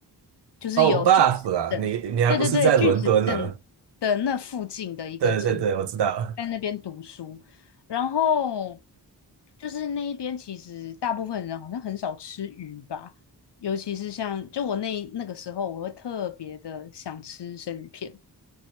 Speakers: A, on the left; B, on the right.
A: 就是有巨石阵，
B: 哦 b u f f 啊，你你还不是在伦敦呢？
A: 对对对，巨石阵的那附近的一个城，
B: 对对对，我知道。
A: 在那边读书。然后就是那一边，其实大部分人好像很少吃鱼吧，尤其是像就我那那个时候，我会特别的想吃生鱼片。